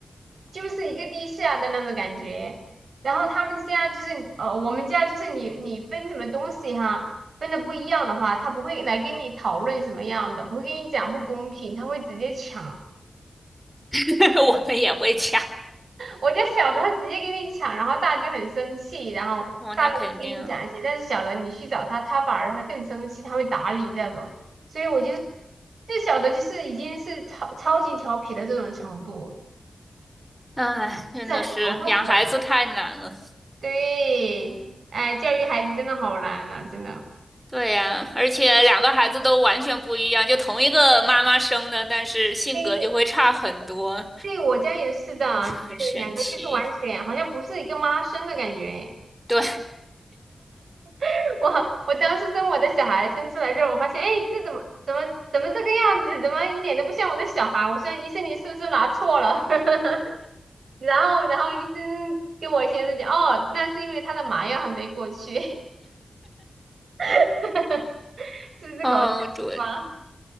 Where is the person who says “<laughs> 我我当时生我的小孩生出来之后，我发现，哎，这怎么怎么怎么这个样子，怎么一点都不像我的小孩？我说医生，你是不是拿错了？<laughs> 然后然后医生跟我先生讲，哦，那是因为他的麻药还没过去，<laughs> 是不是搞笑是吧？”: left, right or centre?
Right